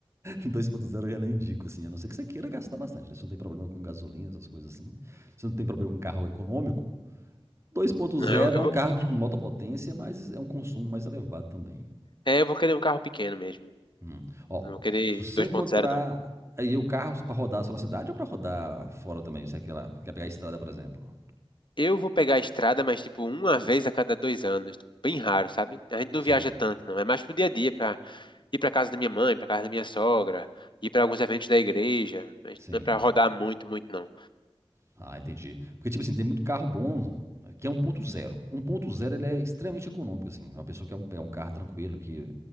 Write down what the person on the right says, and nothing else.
2.0 <laughs> eu já nem indico, assim, a não ser que você queira gastar bastante, né? Você não tem problema com gasolina, essas coisas assim. Você não tem problema com carro econômico. 2.0
é um carro com alta potência, mas é um consumo mais elevado também.
Hum. Ó,
se você
encontrar
aí o carro para rodar só na cidade ou para rodar fora também, se é aquela, quer pegar a estrada, por exemplo.
Sim.
Sim.
Ah, entendi. Porque, tipo assim, tem muito carro bom que é um um ponto zero um ponto zero ele é extremamente econômico, assim. Uma pessoa que quer um- pegar um carro tranquilo, que